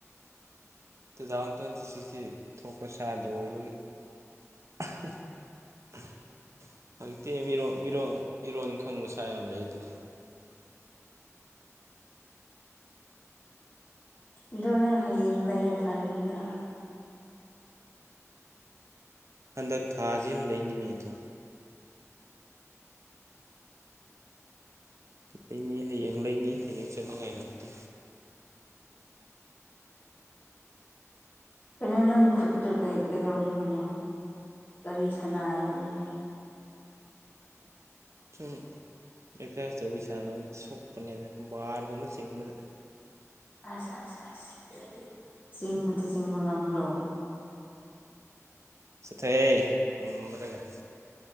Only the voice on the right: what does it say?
ꯇꯨꯊꯥꯎꯖꯟ ꯇ꯭ꯋꯦꯟꯇꯤ ꯁꯤꯛꯁꯀꯤ ꯊꯣꯛꯄ ꯁꯥ ꯗꯨ ꯑꯣꯏꯕꯒꯤ <unintelligible> ꯍꯪꯇꯦ ꯃꯤꯔꯣꯟ ꯃꯤꯔꯣꯜ ꯃꯤꯔꯣꯟ ꯈꯪꯕ ꯁꯥ ꯌꯥꯝ ꯂꯩꯌꯦ ꯑꯗꯨꯗꯤ
ꯍꯟꯗꯛ ꯊꯥꯁꯤꯝ ꯂꯩꯅꯤꯃꯦ ꯑꯗꯨ ꯂꯩꯅꯤ ꯍꯌꯦꯡ ꯂꯩꯅꯤ ꯍꯌꯦꯡ ꯆꯠꯅꯤꯡꯉꯥꯏ ꯂꯩꯇꯦ <inaudible>
<unintelligible> ꯑꯦꯛꯁꯔꯁꯥꯏꯁ ꯇꯧꯕꯤ ꯁꯥꯟꯅꯕꯗ ꯁꯣꯛꯄꯅꯦꯗ ꯕꯥꯔꯒꯨꯝꯕ ꯆꯤꯡꯕꯗ
ꯆꯠꯊꯣꯍꯦ ꯉꯝꯕ꯭ꯔ ꯒꯥꯏ